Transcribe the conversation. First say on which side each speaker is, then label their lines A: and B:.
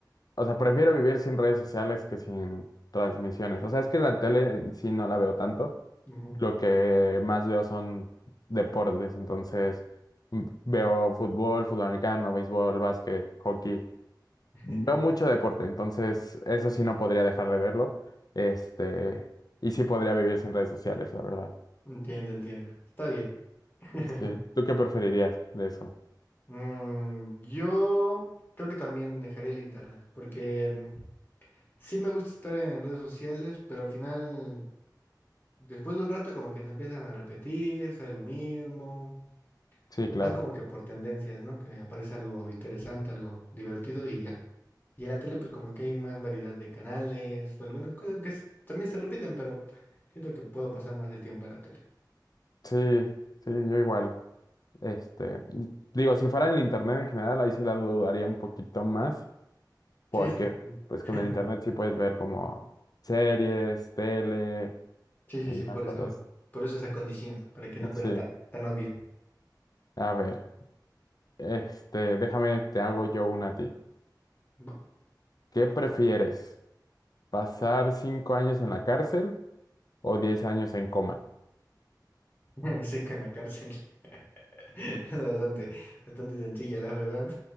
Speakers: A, on the left; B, on the left.
A: O sea, prefiero vivir sin redes sociales que sin transmisiones. O sea, es que la tele en sí no la veo tanto.
B: Ujú.
A: Lo que más veo son deportes. Entonces, m- veo fútbol, fútbol americano, béisbol, básquet, hockey.
B: <laughs>
A: Veo mucho deporte. Entonces, eso sí no podría dejar de verlo. Este, y sí podría vivir sin redes sociales, la verdad.
B: Entiendo, entiendo. Está bien. <laughs>
A: Sí. ¿Tú qué preferirías de eso?
B: Mm, yo creo que también dejaría el internet, porque mm, sí me gusta estar en redes sociales, pero al final, después de un rato, como que se empiezan a repetir, sale lo mismo.
A: Sí,
B: Es
A: claro.
B: más como que por tendencias, ¿no? Que aparece algo interesante, algo divertido y ya. Y en la tele, pues como que hay más variedad de canales, o algunas cosas que s- también se repiten, pero siento que puedo pasar más el tiempo en la tele.
A: Sí, sí, yo igual. Este, digo, si fuera en el internet en general, ahí sí las dudaría un poquito más, porque
B: Sí, sí, sí.
A: pues
B: <laughs>
A: con el internet sí puedes ver como series, tele
B: Sí, sí,
A: y
B: sí,
A: más
B: por
A: cosas.
B: eso, por eso esa condición, para que no fuera
A: Sí,
B: tan, tan obvio.
A: a ver, este, déjame, te hago yo una a ti.
B: Bu-
A: ¿Qué prefieres? ¿Pasar cinco años en la cárcel o diez años en coma?
B: <laughs> Sí, con la cárcel. <laughs> Es Bastante, bastante sencilla, la verdad.